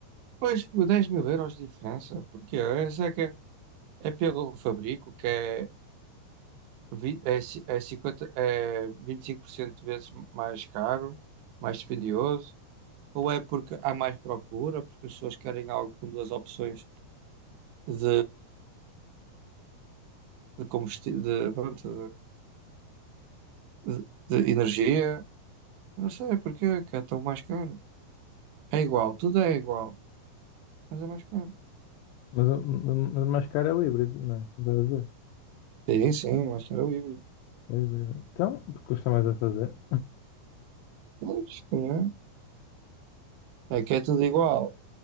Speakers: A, on the right; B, on the left.
A: pois por 10 mil euros de diferença, porque Essa é que é, é pelo fabrico, que é, vi- é, ci- é, 50, é 25% de vezes mais caro, mais dispendioso, ou é porque há mais procura, porque as pessoas querem algo com duas opções de, de combustível, de, pronto, de, de- de energia. Não sei porquê, que é tão mais caro. É igual, tudo é igual, mas é mais caro.
B: mas, o- mas mais caro é o híbrido, não é? Estás a dizer?
A: Sim, sim, mais caro é o híbrido.
B: O híbrido. Então, porque custa mais a fazer.
A: Pois, se calhar. É que é tudo igual.